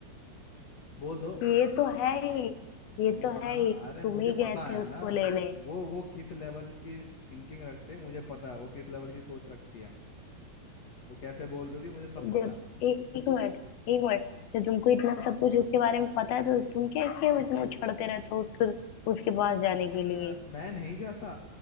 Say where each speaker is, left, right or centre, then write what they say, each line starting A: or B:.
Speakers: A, on the left; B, on the left.
A: बोल दो
B: ये तो है ही ये
A: वो
B: तो
A: आ,
B: है ही
A: अरे
B: तुम
A: मुझे
B: ही
A: पता
B: गए थे
A: है
B: उसको
A: ना
B: लेने
A: वो वो किस लेवल की थिंकिंग रखते हैं मुझे पता है वो किस लेवल की सोच रखती है वो कैसे बोल रही होगी मुझे सब पता
B: जब
A: है
B: एक एक मिनट एक मिनट जब तुमको इतना सब कुछ उसके बारे में पता है तो तुम क्या क्यों इतना उछड़ते रहते हो उसको उसके पास जाने
A: अ,
B: के लिए
A: मैं नहीं जाता